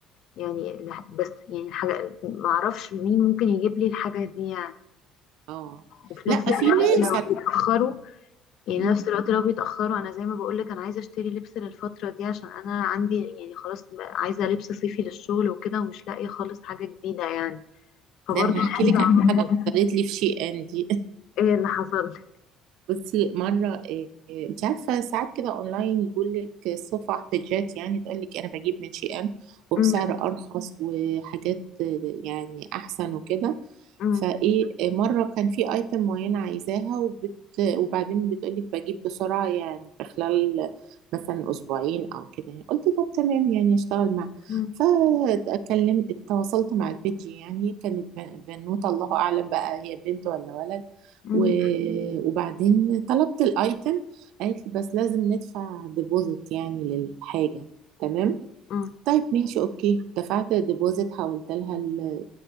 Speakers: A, on the left (about 65°); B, on the right (about 75°).
A: يعني الح- بس يعني الحاجة ما اعرفش مين ممكن يجيب لي الحاجة دي يعني
B: اه
A: وفي
B: لا
A: نفس الوقت
B: في ناس
A: لو
B: على
A: بيتأخروا يعني
B: فكرة-
A: نفس الوقت لو بيتأخروا انا زي ما بقولك انا عايزة اشتري لبس للفترة دي عشان انا عندي يعني خلاص بقى عايزة لبس صيفي للشغل وكده ومش لاقية خالص حاجة جديدة يعني فبرضه
B: ده انا هحكي
A: عايزة
B: لك
A: اعرف
B: على حاجه حصلت لي في شي ان دي
A: ايه اللي حصل لك.
B: بصي مرة إيه، إيه، انت عارفة ساعات كده اونلاين يقول لك صفح بيجات يعني تقول لك انا بجيب من شي ان وبسعر
A: م-
B: ارخص وحاجات آه، يعني احسن وكده
A: م-
B: فايه آه، مرة كان في ايتم معينة عايزاها وبت وبعدين بتقولك بجيب بسرعة يعني في خلال مثلا اسبوعين او كده يعني قلت طب تمام يعني اشتغل مع
A: م-
B: فاتكلم اتواصلت مع البيجي يعني كانت بن- بنوتة الله اعلم بقى هي بنت ولا ولد
A: م-
B: و- وبعدين طلبت الايتم قالت لي بس لازم ندفع ديبوزيت يعني للحاجة تمام
A: م-
B: طيب ماشي اوكي دفعت ديبوزيت حولت لها ال-